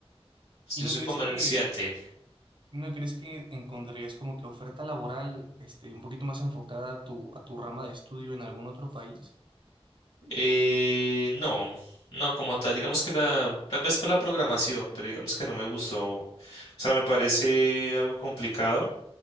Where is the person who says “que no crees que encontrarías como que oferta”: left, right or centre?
Right